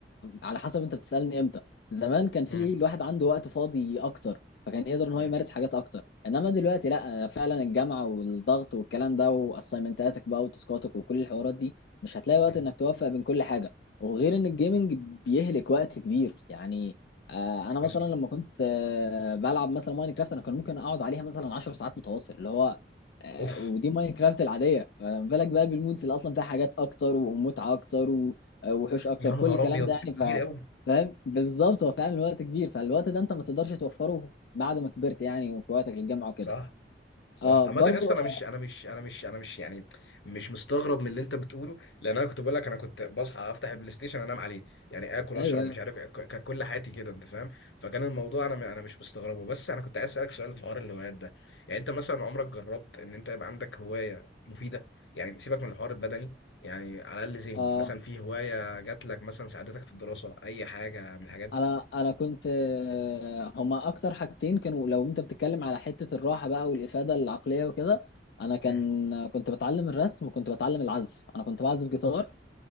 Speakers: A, on the left; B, on the left.
A: على حسب انت بتسالني امتى زمان كان في
B: امم
A: الواحد عنده وقت فاضي اكتر فكان يقدر ان هو
B: امم
A: يمارس حاجات اكتر انما دلوقتي لا فعلا الجامعه والضغط والكلام ده واسايمنتاتك بقى وتاسكاتك وكل الحوارات دي مش هتلاقي وقت
B: امم.
A: انك توفق بين كل حاجه وغير ان الجيمنج بيهلك وقت كبير يعني آه، انا مثلا
B: حصل
A: لما كنت آه، بلعب مثلا ماينكرافت انا كان ممكن اقعد عليها مثلا 10 ساعات متواصل اللي هو آه،
B: اوف
A: ودي كرافت العاديه فما بالك بقى بالمودز اللي اصلا فيها حاجات اكتر ومتعه اكتر و- آه، وحوش اكتر
B: يا نهار
A: كل الكلام
B: ابيض
A: ده
B: كتير
A: يعني ف
B: قوي
A: فاهم بالظبط هو فعلا الوقت كبير فالوقت ده انت ما تقدرش توفره بعد ما كبرت يعني وفي وقتك للجامعه وكده
B: صح صح
A: اه
B: عامة
A: برضو
B: يا اسطى
A: آه،
B: انا مش انا مش انا مش انا مش يعني مش مستغرب من اللي انت بتقوله لان انا كنت بقول لك انا كنت بصحى افتح البلاي ستيشن انام عليه يعني اكل
A: ايوه
B: اشرب
A: ايوه
B: مش عارف إيه، ك- كانت كل حياتي كده انت فاهم فكان الموضوع انا م- انا مش مستغربه بس انا كنت عايز اسالك سؤال في حوار الهوايات ده يعني انت مثلا عمرك جربت ان انت يبقى عندك هوايه مفيده يعني سيبك من الحوار البدني يعني على الاقل ذهني
A: اه
B: مثلا في هوايه جات لك مثلا ساعدتك في الدراسه اي حاجه من الحاجات دي
A: انا انا كنت آه، هما اكتر حاجتين كانوا لو انت بتتكلم على حته الراحه بقى والافاده العقليه وكده انا كان
B: مم.
A: كنت بتعلم الرسم وكنت بتعلم العزف انا كنت بعزف جيتار